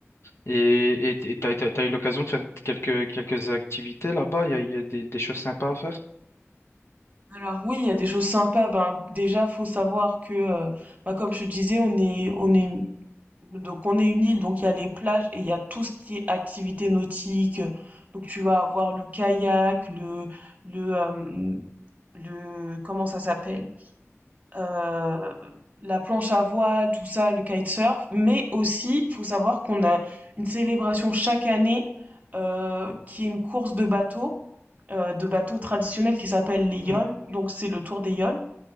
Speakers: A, on the left; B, on the right.
A: Et et t- et t'as, t'as- t'as eu l'occasion de faire quelques, quelques activités là-bas, il y a, il y a des, des choses sympas à faire.
B: Alors oui, il y a des choses sympas. Ben déjà, faut savoir que, euh, bah, comme je te disais, on est on est Donc on est une île, donc il y a les plages et il y a tout ce qui est activité nautique. Donc tu vas avoir le kayak, le le euh, le comment ça s'appelle? Euh, la planche à voile, tout ça, le kitesurf. Mais aussi, faut savoir qu'on a une célébration chaque année euh, qui est une course de bateaux, euh, de bateaux traditionnels qui s'appelle les yoles.
A: Hmm.
B: Donc c'est le tour des yoles.